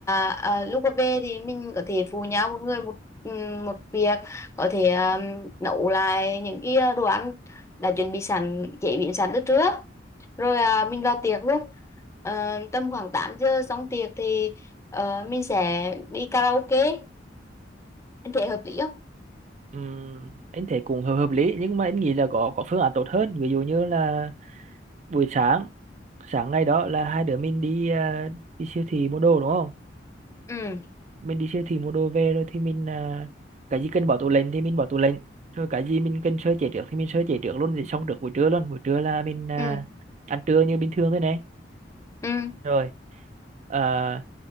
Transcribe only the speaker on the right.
Ừm, anh thấy cũng hợp hợp lý nhưng mà anh nghĩ là có có phương án tốt hơn ví dụ như là buổi sáng sáng ngày đó là hai đứa mình đi à, đi siêu thị mua đồ đúng không
mình đi siêu thị mua đồ về rồi thì mình à, cái gì cần bỏ tủ lạnh thì mình bỏ tủ lạnh rồi cái gì mình cần sơ chế trước thì mình sơ chế trước luôn thì xong trước buổi trưa luôn buổi trưa là mình à,
ăn trưa như bình thường thôi này
rồi à,